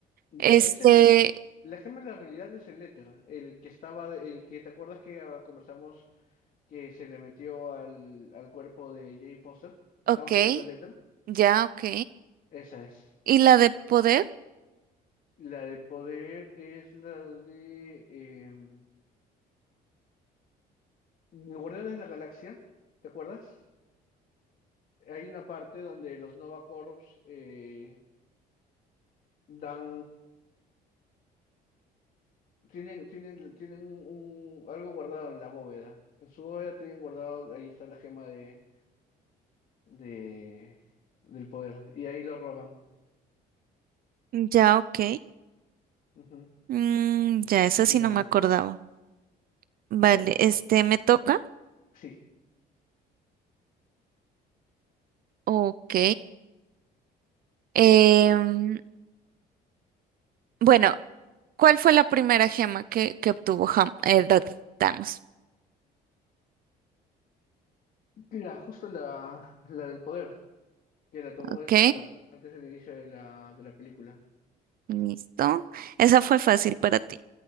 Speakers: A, on the left; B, on the right.
A: Ya,
B: Este,
A: es el. La gema de la realidad es el éter, el que estaba, de- el que te acuerdas que ah, conversamos que se le metió al, al cuerpo de Jane Foster. Estábamos
B: ok,
A: hablando del éter.
B: ya, ok.
A: Esa es.
B: ¿Y la de poder?
A: La de poder es la de em, Guardianes de la Galaxia. ¿Te acuerdas? hay una parte donde los Nova Corps eh, dan, tienen, tienen, tienen un, algo guardado en la bóveda. En su bóveda tienen guardado, ahí está la gema de, de, del poder. Y ahí lo roban.
B: Ya, ok.
A: Ujú.
B: Mm, ya, esa
A: Vale,
B: sí no me acordaba. Vale,
A: dale.
B: este me toca.
A: Sí,
B: Ok. Em, bueno, ¿cuál fue la primera gema que, que obtuvo Ham- eh, da- Thanos?
A: la, justo la, la del poder, que la tomó
B: Ok,
A: Alexander antes del inicio de la, de la película.
B: listo. Esa fue fácil para ti.